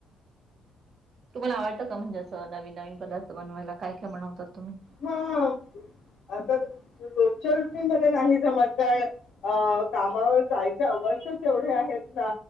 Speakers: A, on the right; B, on the left.
A: तुम्हाला आवडतं का म्हणजे असं नवीन नवीन पदार्थ बनवायला काय काय बनवतात तुम्ही
B: हम्म आ रोजच्या रुटिंग मध्ये नाही जमत तर कामावर जायच वर्षच एवढे आहेत ना